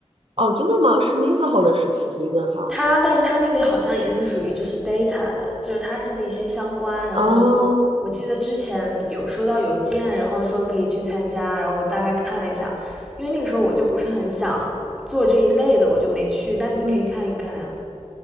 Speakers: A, on the right; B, in the centre.
A: 哦，真的吗？是 Mizuho 的实习推荐哈。
B: 它，但是它那个好像也是属于就是 data 的，就是它是那些相关。然后我记得之前有收到邮件，
A: 嗯
B: 然后说可以去参加，然后我大概看了一下，因为那个时候我就不是很想做这一类的，我就没去。但你可以看一看啊，
A: 嗯，